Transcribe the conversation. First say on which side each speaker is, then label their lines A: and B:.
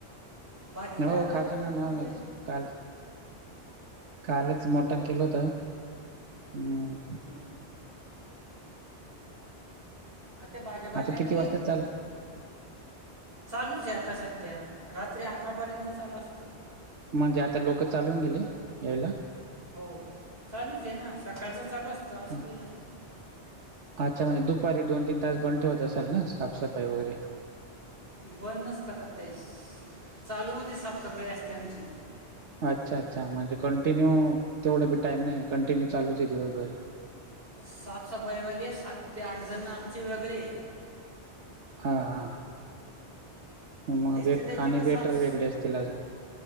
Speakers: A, on the right; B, on the right.
A: बाकी काय
B: हो
A: आता
B: खातो
A: बसलो
B: ना नॉन व्हेज
A: गेरे
B: काल कालच मटण केलं होत हम्
A: हमं आता बाज्या बधल्याखली
B: आता किती वाजता चाल
A: चालूच आहे आता सध्या रात्री अकरापर्यंत चालू असतं.
B: म्हणजे आता लोक चालून गेले यायला.
A: हो चालूच आहे ना सकाळचं चालू असतं असं
B: ह
A: काही नसतं.
B: अच्छा म्हणजे दुपारी दोन तीन तास बंद ठेवत असाल ना साफसफाई वगैरे
A: बंदचताकस चालू म सापताफई असते आमची
B: अच्छा अच्छा म्हणजे कंटिन्यू तेवढं बी टाईम नाही कंटिन्यू चालूच आहे दिवसभर
A: साफसफाईवाले सात ते आठ जण आमचे वेगळे
B: हा हा मग
A: नुसते
B: वेट
A: त्यांच्याकडे
B: आणि वेटर
A: साफ
B: वेगळे असतील अजून